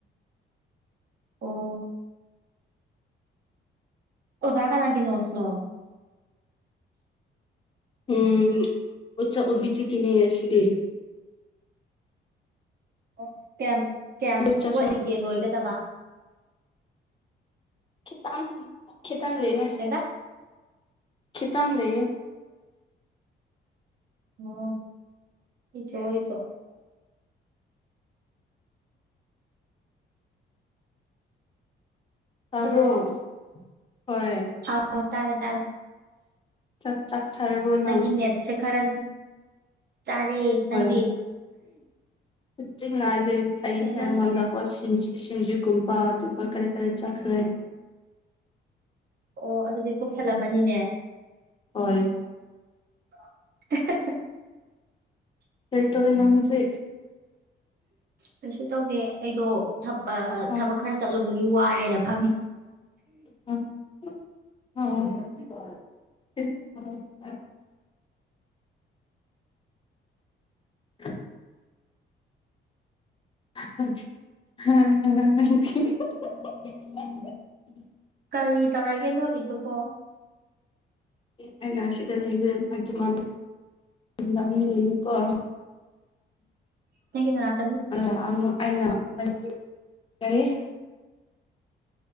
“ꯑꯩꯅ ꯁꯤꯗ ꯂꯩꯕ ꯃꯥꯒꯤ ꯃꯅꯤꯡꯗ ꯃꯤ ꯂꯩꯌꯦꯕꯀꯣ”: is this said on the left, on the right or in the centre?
Left